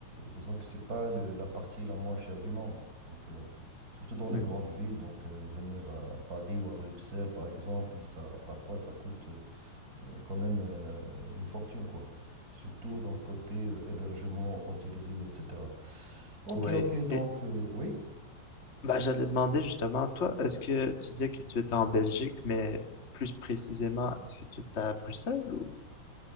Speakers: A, on the right (about 20°); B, on the left (about 25°).
A: disons que c'est pas le- la partie la moins chère du monde. Donc, euh, surtout dans les
B: mhm.
A: grandes villes, donc euh, venir à Paris ou à Bruxelles, par exemple, ça, parfois ça coûte euh, euh, quand même euh, une fortune, quoi. Surtout dans le côté euh, hébergement, hôtellerie, etc.
B: <laughs>
A: Ok,
B: Oui.
A: ok, donc
B: Et
A: euh, oui.
B: Bah, j'allais demander justement, toi, est-ce que tu disais que tu étais en Belgique, mais plus précisément, est-ce que tu étais à Bruxelles ou...